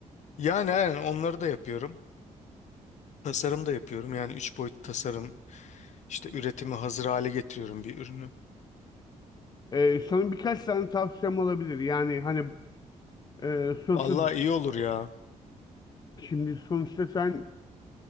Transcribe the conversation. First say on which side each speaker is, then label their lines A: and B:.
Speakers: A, on the left (about 65°); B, on the left (about 30°).
A: Yani aynen onları da yapıyorum. Tasarım da yapıyorum. Yani üç boyutlu tasarım, işte üretimi hazır hale getiriyorum bir ürünü.
B: Ee, sana birkaç tane tavsiyem olabilir. Yani hani e, sonuçta
A: Vallahi iyi olur ya.
B: şimdi sonuçta sen